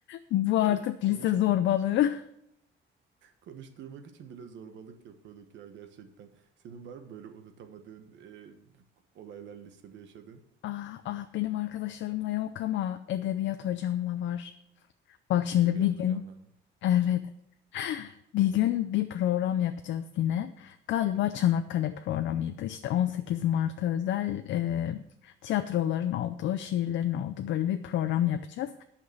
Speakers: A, on the left; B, on the right.
A: bu artık
B: Şey konuştu
A: lise zorbalığı.
B: <laughs> konuşturmak için bile zorbalık yapıyorduk ya gerçekten. Senin var mı böyle unutamadığın e, olaylar listede yaşadın
A: Ah ah benim arkadaşlarımla yok ama edebiyat hocamla var. Bak şimdi
B: Edebiyat
A: bir gün
B: hocanla mı?
A: evet bir gün bir program yapacağız yine. Galiba Çanakkale
B: Hı hı.
A: programıydı. İşte 18 Mart'a özel e, tiyatroların olduğu, şiirlerin olduğu böyle bir program yapacağız.